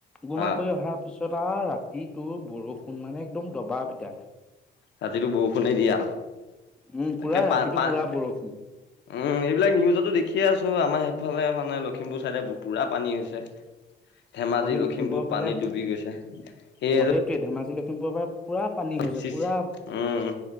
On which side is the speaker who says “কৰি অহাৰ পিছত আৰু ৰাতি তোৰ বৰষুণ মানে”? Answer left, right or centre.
Centre